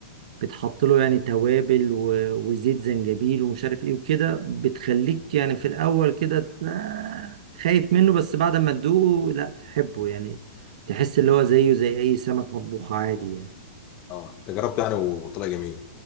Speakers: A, on the right; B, on the left.
A: بتحط له يعني توابل و- وزيت زنجبيل ومش عارف ايه وكده بتخليك يعني في الاول كده آه، خايف منه بس بعد ما تدوقه لا تحبه يعني تحس اللي هو زيه زي اي سمك مطبوخ عادي يعني
B: آه، انت جربته انا وطلع جميل